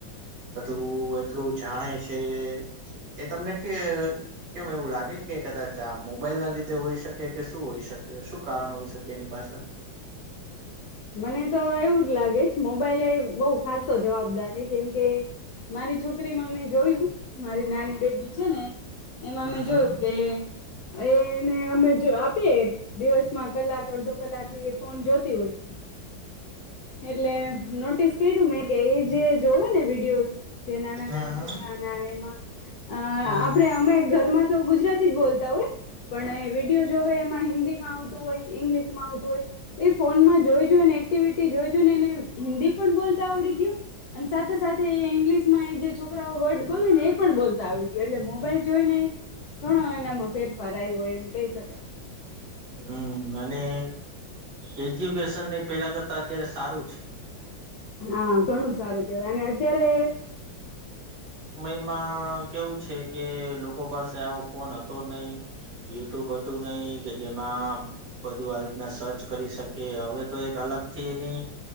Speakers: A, on the right (about 60°); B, on the left (about 70°).
A: બધું કેટલું જાણે છે, એ તમને કે કેમ એવું લાગે કે કદાચ આ મોબાઈલ ના લીધે હોઈ, શકે કે શું હોઈ શકે શું કારણ હોઈ, શકે એની પાછળ?
B: મને તો એવું જ લાગે જ મોબાઈલ એ બહુ ખાસતો જવાબદાર, હ કેમકે મારી છોકરીમાં મેં જોયું મારી નાની બેબી છેને એમાં
A: હમ
B: મે
A: હમ
B: જોયું કે એને, અમે જો, આપીએ દિવસમાં કલાક અડધો કલાક એ ફોન જોતી હોય. એટલે નોટિસ કર્યું, મેં કે એજ જે, જોવે ને વિડિઓઝ, જે નાના,
A: હમ
B: નાના છોકરાઓના, આવે એમાં આપડે
A: હમ
B: અમે ઘરમાં તો ગુજરાત તી બોલતા હોય, પણ વિડીયો જોવે એમાં હિન્દીમા આવતું હોય, ઇંગ્લિશ મા આવતું હોય, એ ફોનમાં જો જો એકટીવીટી જોઈ, જોઈ ને, ને હિન્દી પણ બોલતા આવડી ગયું, અને સાથે સાથે ઇંગ્લિશમા જે છોકરા વર્ડ બોલે, ને એ પણ બોલ તા આવડી ગયો, એટલે મોબાઈલ જોઈ ને ઘણો, એનામાં ફેરફાર આયવો એમ કહી શકાય.
A: હમ, અને એ જ્યુકેશન ની પેલા કરતા, અત્યારે સારું છે.
B: હા, ઘણું સારું કે અને અત્યારે
A: માં કેવું છે, કે લોકો પાસે આવો ફોન હતો નઈ યુટ્યુબ હતું નઈ, કે જેમાં બધું આવી રીતના સર્ચ કરી શકે, હવે તો એક અલગ થી, એની